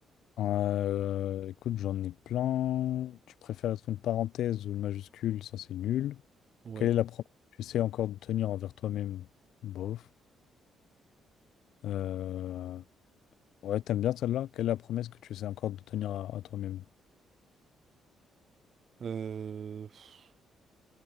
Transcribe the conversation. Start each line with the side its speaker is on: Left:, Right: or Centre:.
Left: Euh, écoute, j'en ai plein. Tu préfères être une parenthèse ou une majuscule? Ça, c'est nul.
Right: Ouais.
Left: Quelle est la promesse que tu sais encore de tenir envers toi-même? Bof. Euh, Ouais, t'aimes bien celle-là? Quelle est la promesse que tu sais encore de tenir à, à toi-même?
Right: Euh, pff,